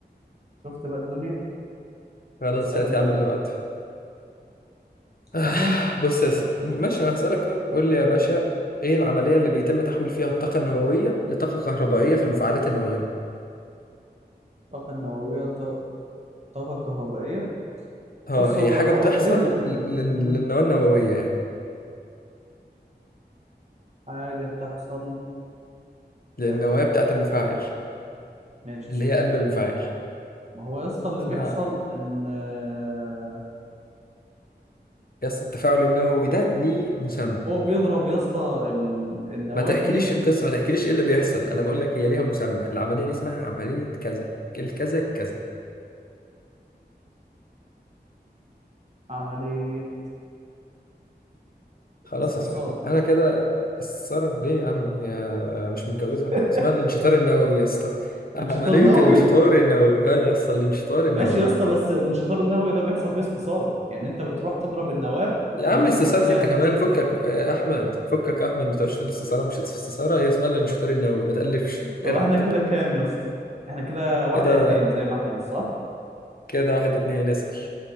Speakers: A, on the right; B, on the left.
A: شفت بقى الدنيا
B: خلاص
A: اسألني
B: هات يا
A: يلا
B: عم اللي بعده <sighs>
A: اسألني
B: آه...
A: انت
B: بص يا سي... ماشي أنا هسألك أهو. قول لي يا باشا
A: مم.
B: إيه العملية اللي بيتم تحويل فيها الطاقة النووية لطاقة كهربائية في المفاعلات النووية؟
A: الطاقة النووية الط- الطاقة الكهربائية
B: اه
A: بص
B: هي
A: هو
B: حاجة
A: هو
B: بتحصل
A: تقريبا اك-
B: لل-
A: مم.
B: للنواة النووية يعني
A: حاجة بتحصل
B: للنواة
A: آه
B: بتاعة المفاعل
A: آه ماشي
B: اللي
A: استنى
B: هي قلب المفاعل
A: ما هو يا اسطى اللي
B: اسمها
A: بيحصل ان آه
B: يس التفاعل النووي ده ليه مسمى
A: هو بيضرب يا اسطى ال- النواة
B: ما تحكيليش
A: دي
B: القصة ما تحكيليش ايه اللي بيحصل انا بقول لك هي ليها مسمى العملية دي اسمها عملية كذا الكذا كذا
A: بعملية
B: خلاص
A: استثارة
B: يا صاحبي انا كده السارة ليه يا عم هي مش متجوزة
A: <laughs>
B: اسمها الانشطار النووي يا اسطى
A: انشطار
B: عملية
A: نووي
B: الانشطار النووي اه يا اسطى الانشطار النووي
A: ماشي يا اسطى بس الانشطار النووي ده بيحصل فيه استثارة يعني انت بتروح تضرب النواة
B: يا
A: بإلكترونات
B: عم استثارة انت كمان فكك يا احمد فكك يا احمد ما تقعدش تقول استثارة مش استثارة هي اسمها الانشطار النووي ما تقلفش
A: طب
B: العب
A: احنا كده كام يا اسطى احنا كده واحد
B: كده
A: اتنين زي ما احنا مش صح
B: كده واحد اتنين اسأل